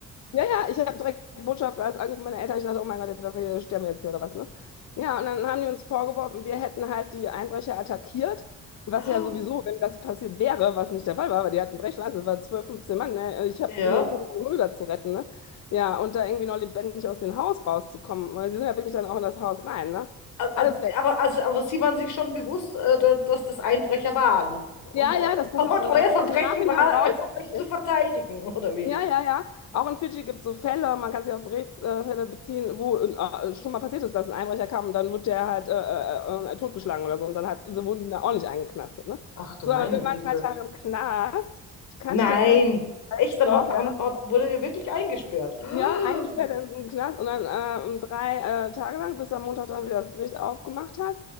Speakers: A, on the left; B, on the left.
A: ja, ja, ich habe direkt Botschaft alles angerufen, meine Eltern. Ich dachte, oh mein Gott, jetzt wir sterben wir jetzt hier oder was, ne? Ja, und dann haben die uns vorgeworfen, wir hätten halt die Einbrecher attackiert. Was
B: Ah,
A: ja sowieso, wenn das passiert wäre, was nicht der Fall war, weil die hatten Brechschleife, das waren 12, 15 Mann, ne? Ich habe
B: Ja.
A: nur versucht, meine Hunde da zu retten, ne? Ja, und da irgendwie noch lebendig aus dem Haus rauszukommen, weil die sind ja wirklich dann auch in das Haus rein, ne?
B: A-
A: Alles
B: a-
A: weg.
B: Aber, also, aber Sie waren sich schon bewusst, äh, da- dass das Einbrecher waren. Und,
A: Ja,
B: eu
A: ja, das
B: <laughs>
A: pass
B: und
A: auf. Und
B: euer
A: dann hat
B: Verbrechen
A: sich im Nachhinein
B: war,
A: rausgestellt.
B: <laughs> äh, euch zu verteidigen, oder wie?
A: Ja, ja, ja. Auch in Fidschi gibt es so Fälle, man kann sich auf Berichtsfälle äh, beziehen, wo äh, schon mal passiert ist, dass ein Einbrecher kam und dann wurde der halt äh, äh, äh, totgeschlagen oder so und dann hat, so wurden die da auch nicht eingeknastet, ne?
B: Ach du
A: So,
B: meine
A: aber wir
B: Güte.
A: waren ein paar Tage im Knast. Ich kannte
B: Nein.
A: tatsächlich,
B: Echt, dann
A: doch,
B: ha- haben,
A: ja.
B: hab, wurde ihr wirklich eingesperrt. <gasps>
A: Ja, eingesperrt in den Knast und dann äh, um drei äh, Tage lang, bis am Montag dann wieder das Gericht aufgemacht hat.